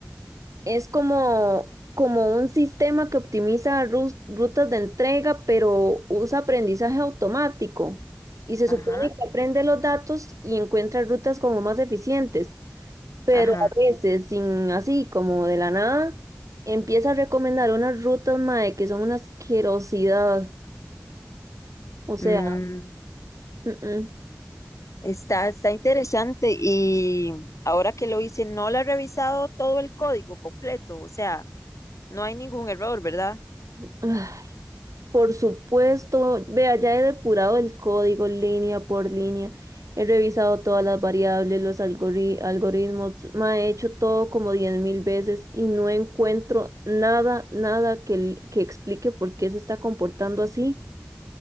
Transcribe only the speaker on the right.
Es como, como un sistema que optimiza rus- rutas de entrega, pero usa aprendizaje automático. Y se supone
que aprende los datos y encuentra rutas como más eficientes. Pero
a veces, sin así, como de la nada, empieza a recomendar unas rutas, mae, que son una asquerosidad. O sea,
mm,
mm. <sighs> Por supuesto, vea, ya he depurado el código línea por línea, he revisado todas las variables, los algori- algoritmos, ma, he hecho todo como 10.000 veces y no encuentro nada, nada que, l- que explique por qué se está comportando así.